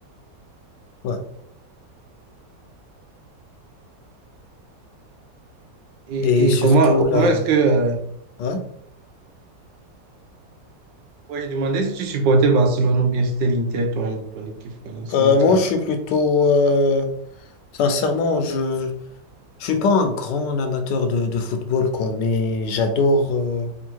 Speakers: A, on the left; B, on the right.
A: ouais.
B: Et,
A: Et surtout
B: et comment,
A: là,
B: comment est-ce que... euh,
A: ouais.
B: ouais, je demandais si tu supportais Barcelone ou bien si c'était l'Inter, ton, ton équipe euh, dans ce
A: Euh,
B: match-là.
A: moi, je suis plutôt, euh, sincèrement, je, je suis pas un grand amateur de, de football, quoi, mais j'adore, euh,